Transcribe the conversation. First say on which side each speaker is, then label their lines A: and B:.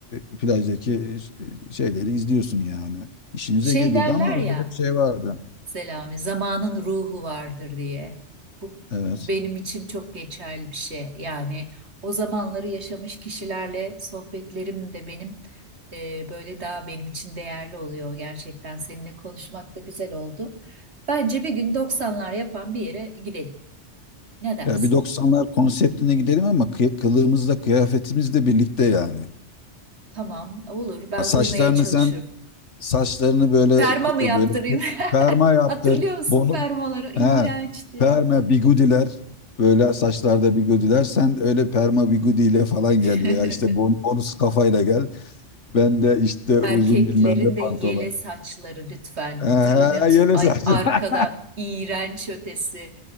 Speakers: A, on the left; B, on the right.
A: e, plajdaki e, ş- e, şeyleri izliyorsun yani. İşimize
B: Şey
A: geliyordu
B: derler
A: ama
B: ya.
A: öyle de bir şey vardı.
B: Selami, zamanın ruhu vardır diye. Bu
A: Evet.
B: benim için çok geçerli bir şey. Yani o zamanları yaşamış kişilerle sohbetlerim de benim e, böyle daha benim için değerli oluyor gerçekten. Seninle konuşmak da güzel oldu. Bence bir gün 90'lar yapan bir yere gidelim. Ne dersin?
A: Ya bir doksanlar konseptine gidelim ama kıy- kılığımızla kıyafetimizle birlikte yani.
B: Tamam, olur. Ben
A: Saçlarını
B: uymaya çalışırım.
A: sen saçlarını böyle
B: Perma mı
A: böyle
B: yaptırayım? <laughs>
A: perma yaptır.
B: Hatırlıyor musun
A: Bunu
B: permaları? İğrençti.
A: he, perma bigudiler böyle saçlarda bigudiler. Sen öyle perma bigudiyle falan gel
B: <laughs>
A: veya işte bon- bonus kafayla gel. Ben de işte uzun
B: Erkeklerin
A: bilmem ne pantolon.
B: de yele saçları lütfen hatırlamıyor
A: He, he,
B: musun?
A: yele
B: Ay
A: saç.
B: arkadan
A: <laughs>
B: iğrenç ötesi.